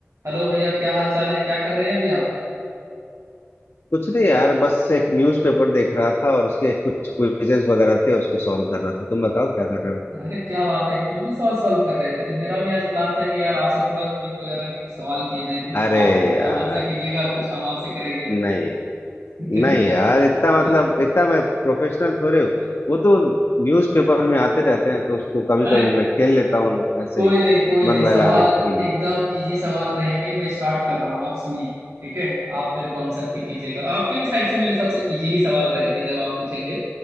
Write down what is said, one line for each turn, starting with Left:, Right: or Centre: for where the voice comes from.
Right: Hello भैया क्या हाल चाल है क्या कर रहे हैं अभी आप
Left: कुछ नहीं यार बस एक न्यूज़पेपर देख रहा था और उसके कुछ क्विजेस वगैरह थे उसको सॉल्व कर रहा था तुम बताओ क्या कर रहे हो
Right: अरे क्या बात है क्विज ही सवाल सॉल्व कर रहे थे तो मेरा भी आज प्लान था कि यार आपसे थोड़ा क्विज वगैरह के कुछ सवाल किए जाए कुछ
Left: अरे
Right: आप मतलब
Left: यार
Right: हमसे कीजिएगा कुछ हम आपसे करेंगे
Left: नहीं
Right: ठीक
Left: नहीं
Right: है
Left: यार इतना मतलब
Right: <laughs>
Left: इतना मैं प्रोफेशनल थोड़े हूँ वो तो न्यूज़पेपर में आते रहते हैं तो उसको कभी
Right: अरे
Left: कभी मैं खेल लेता हूँ ऐसे
Right: कोई
Left: ही
Right: नहीं कोई
Left: मन
Right: नहीं
Left: बहलाने
Right: सवाल
Left: के लिए
Right: एकदम इजी सवाल रहेंगे मैं स्टार्ट कर रहा हूँ आप सुनिए ठीक है आप मेरे को आंसर की कीजिएगा और आपके भी साइड से मेरे हिसाब से इजी ही सवाल रहेंगे जब आप पूछेंगे